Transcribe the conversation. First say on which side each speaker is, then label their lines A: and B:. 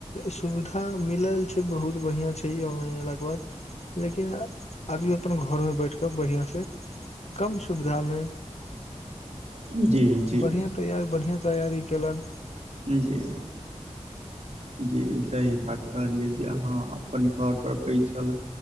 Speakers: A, on the left; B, on the right.
A: सुविधा मिलल छै बहुत बढ़िआँ छै यौ लगभग। लेकिन आदमी अपन घरमे बैठकेऽ बढ़िआँसँ कम सुविधा मे
B: जी जी
A: बढ़िआं तैयार बढ़िआँ तैयारी केलक
B: जी जी ई सही बात कहलियै जे आहाँ अपन घरपर बैसल